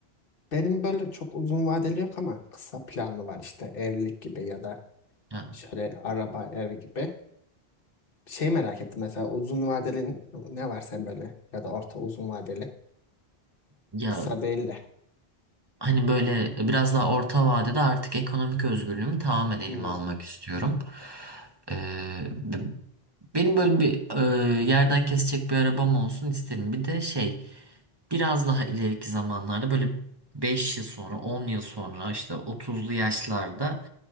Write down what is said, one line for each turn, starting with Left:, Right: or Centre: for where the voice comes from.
Left: benim böyle çok uzun vadeli yok ama kısa planlı var işte evlilik gibi ya da
Right: Ha.
Left: şöyle araba ev gibi. Şey merak ettim mesela uzun vadeli ne var sen böyle ya da orta uzun vadeli
Right: Ya
Left: kısa değil de.
Right: hani böyle biraz daha orta vadede artık ekonomik özgürlüğümü tamamen elime
Left: Hmm.
Right: almak istiyorum. Ee, b- benim böyle bir e, yerden kesecek bir arabam olsun isterim. Bir de şey biraz daha ileriki zamanlarda böyle 5 yıl sonra 10 yıl sonra işte otuzlu yaşlarda